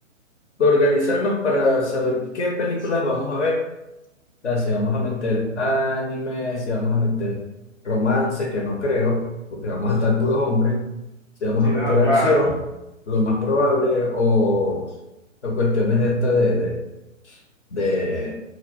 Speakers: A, on the left (about 60°); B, in the centre.
A: organizarnos para saber qué películas vamos a ver. sea, si vamos a meter anime, si vamos a meter romance, que no creo, porque vamos a estar puros hombres, si vamos
B: Sí,
A: a meter
B: no, claro.
A: acción, lo más probable, o, o cuestiones de esta de, de, de,